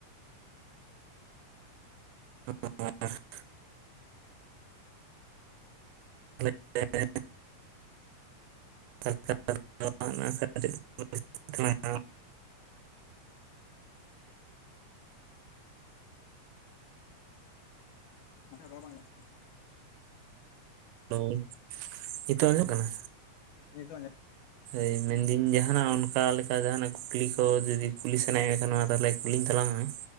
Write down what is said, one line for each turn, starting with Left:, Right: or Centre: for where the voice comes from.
Right: ᱟᱨ <unintelligible> <unintelligible> <unintelligible> <unintelligible>
Left: ᱱᱟᱥᱮ ᱱᱟᱜ ᱨᱚᱲ ᱵᱟᱝ ᱟᱸᱡᱚᱢᱚᱜ
Right: ᱦᱮᱞᱮᱣ ᱱᱤᱛᱚᱜ ᱟᱸᱡᱚᱢ ᱠᱟᱱᱟ?
Left: ᱱᱤᱛᱚᱜ ᱟᱸᱡᱚᱢ
Right: ᱦᱳᱭ ᱢᱮᱱᱫᱟᱹᱧ ᱡᱟᱦᱟᱱᱟᱜ ᱚᱱᱠᱟ ᱞᱮᱠᱟ ᱡᱟᱦᱟᱱᱟᱜ ᱠᱩᱠᱞᱤ ᱠᱚ ᱡᱩᱫᱤ ᱠᱩᱞᱤ ᱥᱟᱱᱟᱭᱮᱫ ᱢᱮᱠᱷᱟᱱ ᱱᱚᱣᱟ ᱛᱟᱦᱚᱞᱮ ᱠᱩᱞᱤᱧ ᱛᱟᱞᱟᱝ ᱢᱮ